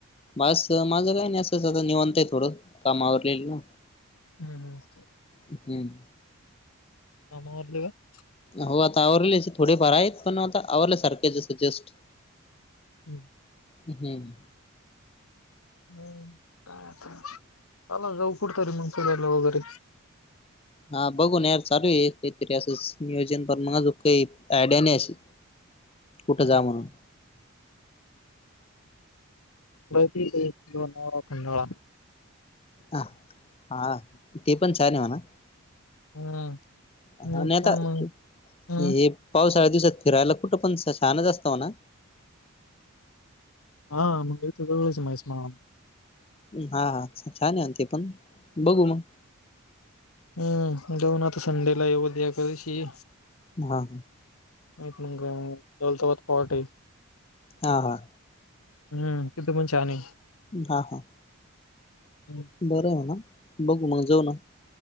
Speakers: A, on the left; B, on the left.
A: बस माझं काही नाही असंच आता निवांत आहे थोडं कामावरले याले ना.
B: हम्म हम्म मस्त.
A: हम्म.
B: कामा आवरले का?
A: हो आता आवरलेस थोडेफार आहेत पण आता आवरल्यासारखे जसं जस्ट.
B: हम्म.
A: हम्म.
B: हम्म काय आता चला जाऊ कुठतरी मंग फिरायला वगैरे.
A: हा बघून यार चालू आहे काहीतरी असस नियोजन पण मग अजूक काही आयडिया नाही अशी कुठे
B: हं.
A: जाय म्हणून.
B: <unintelligible> लोनावळा, खंडाळा.
A: आह आ हा ते पण छान आहे म्हणा.
B: हम्म.
A: हा आणि
B: काय
A: आता
B: मग हम्म
A: हे पावसाळ्या दिवसात फिरायला कुठं पण असं छानच असताव ना.
B: हा. <unintelligible>
A: हा हा छान आहे ते पण, बघू म.
B: हम्म जाऊ ना तर आता संडेला, उद्या करीशी.
A: <unintelligible>
B: माहित मंग दौलताबाद पॉर्ट आहे.
A: हा हा.
B: हम्म तिथं पण छान आहे.
A: हा हा.
B: हम्म.
A: बरं आहे ना, बघू मग जेवना.